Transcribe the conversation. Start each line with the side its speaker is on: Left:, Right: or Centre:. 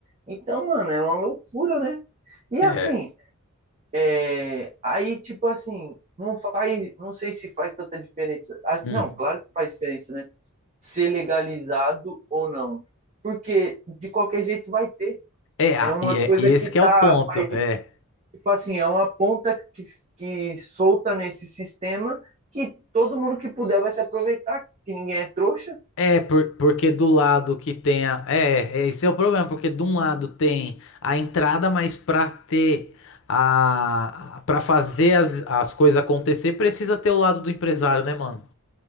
Right: Então, mano, é uma loucura, né? E
Left: É.
Right: assim, é, aí, tipo assim, não faz, não sei se faz tanta diferença. Ah,
Left: hum.
Right: Não, claro que faz diferença, né? Ser legalizado ou não. Porque de qualquer jeito vai ter.
Left: É, a-
Right: É uma
Left: e, é,
Right: coisa
Left: e esse
Right: que
Left: que é
Right: tá,
Left: o ponto.
Right: faz,
Left: É.
Right: tipo assim, é uma ponta que, que solta nesse sistema que todo mundo que puder vai se aproveitar, que ninguém é trouxa.
Left: É, por- porque do lado que tem a. É, é, esse é o problema, porque de um lado tem a entrada, mas pra ter. A, pra fazer as, as coisas acontecer, precisa ter o lado do empresário, né, mano?